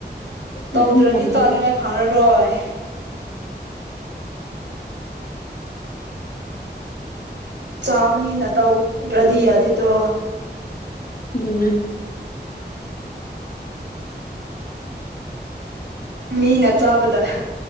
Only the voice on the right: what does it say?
ꯇꯧꯗ꯭ꯔꯗꯤ
ꯆꯥꯅꯤꯡꯉꯥꯏ
ꯐꯪꯔꯔꯣꯏ ꯆꯥꯕꯅꯤꯅ ꯇꯧꯗ꯭ꯔꯗꯤ ꯌꯥꯗꯦꯗꯣ
ꯃꯤꯅ ꯆꯥꯕꯗ